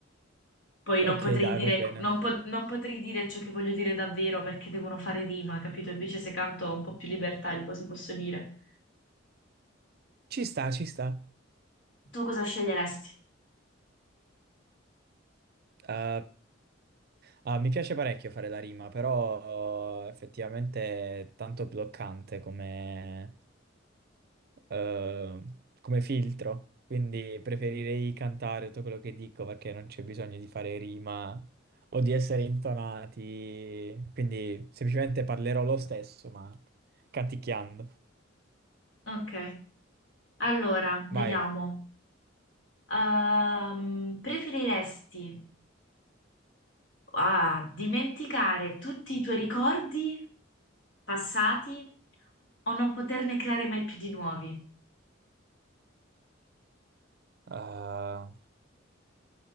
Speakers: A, on the left; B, on the right.
A: Poi
B: Ok,
A: non potrei
B: dai,
A: dire,
B: va bene.
A: non po- non potrei dire ciò che voglio dire davvero perché devono fare rima, capito? Invece se canto ho un po' più libertà di cosa posso dire.
B: Ci sta, ci sta.
A: Tu cosa sceglieresti?
B: Eh, ah, mi piace parecchio fare la rima, però eh, effettivamente è tanto bloccante come, eh, come filtro, quindi preferirei cantare tutto quello che dico perché non c'è bisogno di fare rima o di essere intonati, quindi semplicemente parlerò lo stesso, ma canticchiando.
A: Ok, allora,
B: Vai.
A: vediamo. Ehm, preferiresti ah, dimenticare tutti i tuoi ricordi passati o non poterne creare mai più di nuovi?
B: Ah,